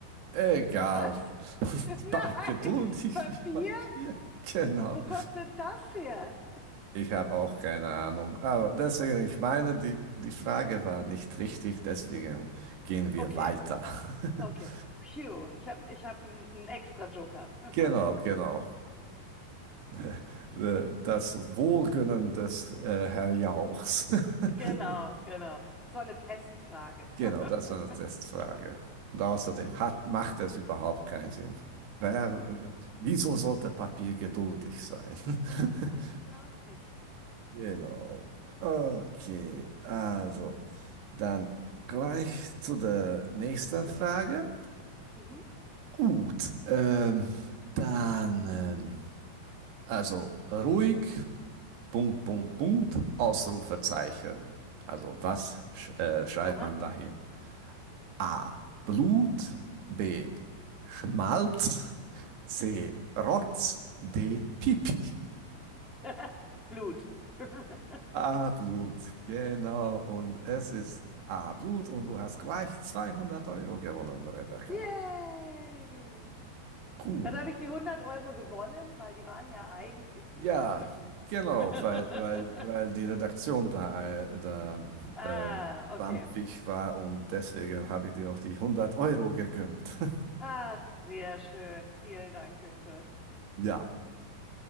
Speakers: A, on the right (about 75°); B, in the centre.
A: Egal.
B: Was?
A: <laughs>
B: <laughs> Nein,
A: Pa- Geduldig
B: Papier?
A: wie Papier. Genau.
B: Wo kommt denn das her?
A: Ich habe auch keine Ahnung. Aber deswegen, ich meine, die, die Frage war nicht richtig, deswegen gehen wir
B: Okay,
A: weiter. <laughs>
B: okay. Phew, ich habe ich hab einen einen extra Joker. <laughs>
A: Genau, genau. <laughs> Das Wohlgönnen des äh, Herr Jauchs.
B: Genau,
A: <laughs>
B: genau. So eine Testfrage.
A: Genau,
B: <laughs>
A: das war eine Testfrage. Und außerdem hat, macht es überhaupt keinen Sinn. Wer, wieso sollte Papier geduldig sein?
B: Das
A: <laughs>
B: weiß ich auch nicht.
A: Genau. Okay, also dann gleich zu der nächsten Frage.
B: Mhm.
A: Gut, ähm, dann ähm, also ruhig, Punkt, Punkt, Punkt, Ausrufezeichen. Also was sch äh, schreibt
B: Aha.
A: man dahin? A. Blut. B. Schmalz. C. Rotz. D. Pipi.
B: <laughs> Blut. <laughs>
A: A. Blut. Genau. Und es ist A. Blut und du hast gleich 200 Euro gewonnen, Rebecca.
B: Yay!
A: Gut.
B: Ja, Da habe ich die hundert Euro gewonnen, weil die waren ja eigentlich
A: Ja,
B: nicht richtig.
A: genau,
B: <laughs>
A: weil, weil, weil die Redaktion da, äh, da
B: Ah,
A: äh, schlampig
B: okay.
A: war und deswegen habe ich dir auch die hundert Euro gegönnt. <laughs>
B: Ach, sehr schön. Vielen Dank, Günther.
A: Ja.